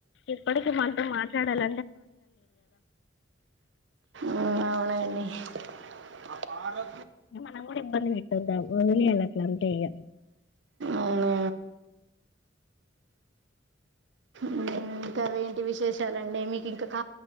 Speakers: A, on the left; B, on the right.
A: ఇప్పటికి మనతో మాట్లాడాల
B: ఉ అవునండి ఆపారా
A: మనం కూడా ఇబ్బంది పెట్టొద్ద వదిలేయాలి అట్ల అంతే ఇగ
B: అవును మ్ ఇంకావేంటి విశేషాలండి మీ ఇంకా క